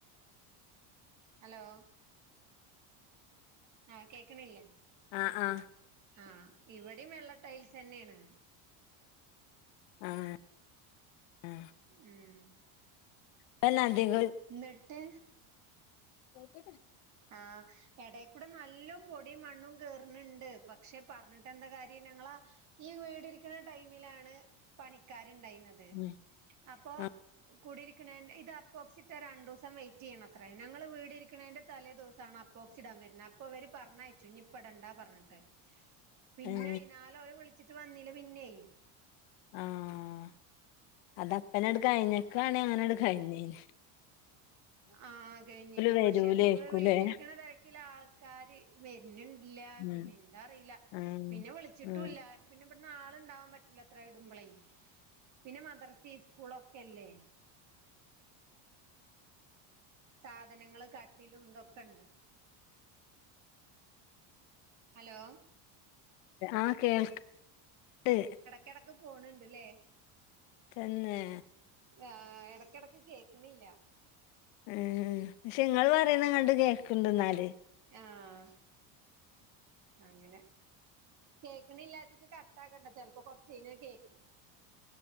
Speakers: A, on the right; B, on the left.
A: ഹലോ ആഹ് കേക്കണില്ല
B: ആഹ് ആഹ്
A: ആഹ് ഇവിടേം വെള്ള ടൈൽസ് ന്നെയാണ്.
B: ആഹ് ആഹ്
A: ഉം
B: ലേ നദികൾ
A: ന്നിട്ട്
B: കേക്കട്ടെ
A: ആഹ് എടൽക്കൂടെ നല്ല പൊടിയും മണ്ണും കേറുന്നുണ്ട്. പക്ഷെ പറഞ്ഞിട്ട് എന്താ കാര്യം ഞങ്ങളാ ഈ വീടിരിക്കുന്ന ടൈമിലാണ് പണിക്കാര് ഇണ്ടായിന്നത്.
B: ഉം
A: അപ്പൊ
B: ആ
A: കൂടിയിരിക്കണേ ഇത് അപ്പോക്സിറ്റ് രണ്ടു സം വെയിറ്റ് ചെയ്യാണ ത്ര. ഞങ്ങള് വീടിരിക്കണേന്റെ തലേ ദെവസാണ് അപ്പോക്സിഡ് ഇടാൻ വരുന്നത്. അപ്പൊ അവര് പറഞ്ഞയച്ചു ഇപ്പയിടണ്ടാ പറഞ്ഞിട്ട്. പിന്നെ
B: ഏ
A: അയിതിനാലോ അവരെ വിളിച്ചിട്ട് വന്നില്ല. പിന്നേ
B: ആഹ് അതപ്പനെ എടുക്ക കഴിഞ്ഞക്കണേ അങ്ങനെ എട്ക്ക
A: ഉം
B: കഴിഞ്ഞന്.
A: ആഹ് കഴിഞ്ഞീനു
B: വരൂലേക്കുലേ
A: പക്ഷെ അപ്പം വീടിയിരിക്കണ തെരക്കില് ആൾക്കാര്. വരുന്നണ്ടില്ല
B: ഉം
A: പിന്നെ എന്താ അറിയില്ല
B: ആഹ്
A: പിന്നെ വിളിച്ചിട്ടുയില്ല.
B: ഉം
A: പിന്നെ ഇവിടെന്ന് ആള് ഇണ്ടാവാൻ പറ്റില അ ത്ര ഇടുമ്പളേ പിന്നെ മദ്രസി. സ്കൂളൊക്കെല്ലേ? സാധനങ്ങള് കട്ടിലും ഇതൊക്കെ ഒണ്ട്. ഹലോ
B: ആഹ് കേൾ ക് ട്ട്.
A: കെടക്ക് പോൺ ഉണ്ടില്ലേ.
B: തന്നെ
A: ആഹ് എടക്ക് എടക്ക് കേക്കണില്ല.
B: ഏ.. ക്ഷെ നിങ്ങള് പറയുന്ന ഇങ്ങണ്ട് കേക്കണ്ട് എന്നാല്.
A: ആഹ് അങ്ങനെ കേക്കണില്ലാചിട്ട് ക ഏതാക്കേണ്ട ചിലപ്പോ കൊറച്ച് കയിഞ്ഞ കേക്കും